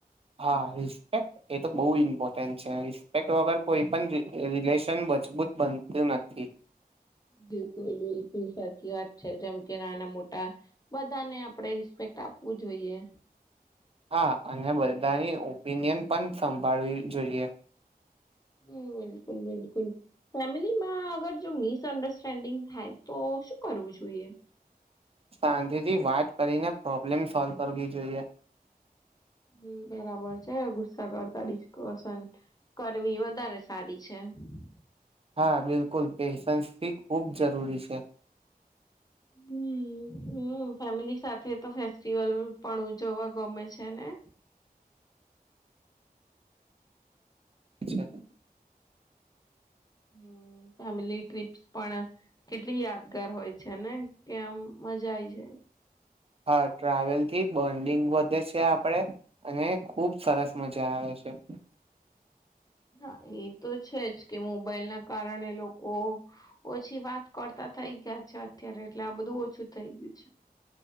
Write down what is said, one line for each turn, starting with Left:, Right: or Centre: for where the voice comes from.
Right: હા રિસ્પેક્ટ, એ તો બઉ ઇમ્પોર્ટન્ટ છે, રિસ્પેક્ટ વગર કોઈ પણ રિ રિલેશન મજબૂત બનતું નથી.
Left: બિલકુલ, બિલકુલ સાચી વાત છે, જેમ કે નાના મોટા બધાને આપણે રિસ્પેક્ટ ટાપવું જોઈએ
Right: હા, અને બધાની ઓપિનિયન પણ સંભાળવી જોઈએ
Left: હ, બિલકુલ ફેમિલીમાં અગર જો મિસઅન્ડરસ્ટેન્ડિંગ થાય, તો શું કરવું જોઈએ
Right: શાંતિથી વાત કરીને પ્રોબ્લેમ સોલ કરવી જોઈએ
Left: હ, બરાબર છે ગુસ્સા કરતા ડિસ્કશન કરવી વધારે સારી છે <unintelligible>
Right: હા, બિલકુલ પેશન્સ ખૂબ જરૂરી છે
Left: હમ હમ, ફેમિલી સાથે તો ફેસ્ટિવલ પણ ઉજવવા ગમે છે ને
Right: હાચી વાત
Left: હું ફેમલી ટ્રીપ્સ પણ કેટલી યાદગાર હોય છે ને કે આમ મજા આઈ જાય
Right: હા, ટ્રાવેલ થી બોન્ડિંગ વધે છે આપડે અને ખુબ સરસ મજા આવે છે છે
Left: <unintelligible> હા એ તો છે જ કે મોબાઈલ ના કારણે લોકો ઓછી વાત કરતા હતા થઈ ગયા છે અત્યારે એટલે આ બધું ઓછું થઈ ગયું છે